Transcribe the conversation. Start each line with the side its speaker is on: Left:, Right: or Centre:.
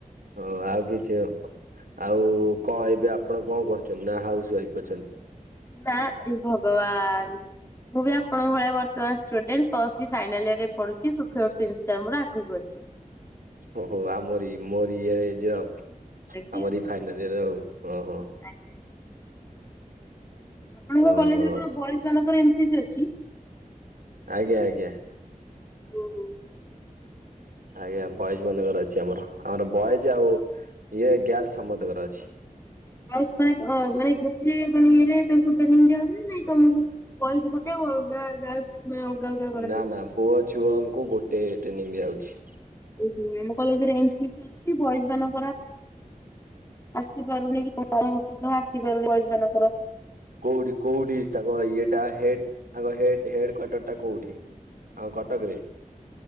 Right: ହଁ ଆଉ କିଛି ଆଉ କଣ ଏବେ ଆପଣ କଣ କରୁଛନ୍ତି ନା ହାଉସ ୱାଇଫ୍ ଅଛନ୍ତି।
Left: ନା ଏଇ ଭଗବାନ ମୁଁ ବି ଆପଣଙ୍କ ଭଳି ବର୍ତ୍ତମାନ ଷ୍ଟୁଡେଣ୍ଟ ଫାଇନାଲ ୟରେ ପଢୁଛି ମୋର ଆଗକୁ ଅଛି।
Right: ଓହୋ ଆମୋରି ମୋରି ଏଯେ ଆଉ।
Left: ଆଜ୍ଞା
Right: ଆମର ଏଇ ଫାଇନାଲ ଇଅର ଆଉ, ହଁ ହଁ
Left: ଆଜ୍ଞା ଆପଣଙ୍କ
Right: ଓହୋ
Left: କଲେଜରେ କଣ ବଏଜ ମାନଙ୍କର ଏ ନ ସି ସି ଅଛି?
Right: ଆଜ୍ଞା ଆଜ୍ଞା।
Left: ଓ ହୋ ହୋ
Right: ଆଜ୍ଞା ବଏଜ ମାନଙ୍କର ଅଛି ଆମର, ଆମର ବଏଜ ଆଉ ଇଏ ଗାଲସ ସମସ୍ତଙ୍କର ଅଛି।
Left: ବୟଜ ପାଇଁ ମାନେ ଗୋଟିଏ ଇଏରେ ଟ୍ରେନିଙ୍ଗ ଦିଆହଉଚି ନା ନାଇଁ ତମକୁ? ବଏସ ଗୋଟେ ଅଲଗା ଗାର୍ଲସ ମାନେ ଅଲଗା ଅଲଗା କରାହଉଛି।
Right: ନା ନା ପୁଅ ଝିଅ ଆମକୁ ଗୋଟିଏ ଟ୍ରେନିଂ ଦିଆଯାଉଛି
Left: ଓହୋ ଆମ କଲେଜରେ ଏନସିସି ଅଛି, ବଏଜ ଙ୍କର ଆସିପାରୁନି <unintelligible> ଆସିପାରୁନି ଆଜି ଦିନସାରା।
Right: କୋଉଠି କୋଉଠି ତାଙ୍କ ଇଏଟା ହେ ତାଙ୍କ ହେଡ କ୍ଵାଟର ଟା କୋଉଠି ଆମ କଟକରେ